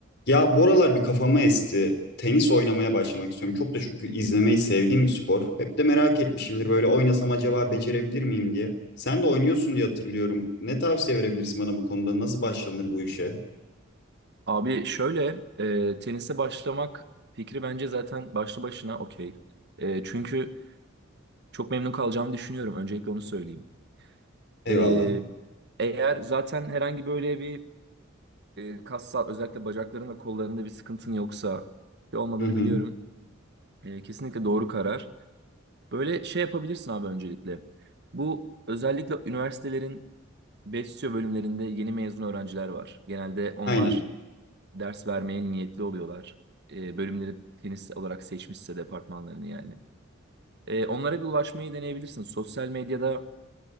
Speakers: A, on the left (about 60°); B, on the right (about 55°).
A: Ya bu aralar bir kafama esti. Tenis oynamaya başlamak istiyorum. Çok da çünkü izlemeyi sevdiğim bir spor. Hep de merak etmişimdir böyle oynasam acaba becerebilir miyim diye. Sen de oynuyorsun diye hatırlıyorum. Ne tavsiye verebilirsin bana bu konuda? Nasıl başlanır bu işe?
B: Abi şöyle e, tenise başlamak fikri bence zaten başlı başına okey. E, çünkü çok memnun kalacağını düşünüyorum. Öncelikle onu söyleyeyim.
A: Eyvallah.
B: E, eğer zaten herhangi böyle bir e, kas sağ özellikle bacakların ve kollarında bir sıkıntın yoksa ki olmadığını
A: Hı hı.
B: biliyorum. E, kesinlikle doğru karar. Böyle şey yapabilirsin abi öncelikle. Bu özellikle üniversitelerin besyo bölümlerinde yeni mezun öğrenciler var. Genelde onlar
A: Aynen.
B: ders vermeye niyetli oluyorlar. E, bölümleri tenis olarak seçmişse departmanlarını yani. E, onlara bir ulaşmayı deneyebilirsin. Sosyal medyada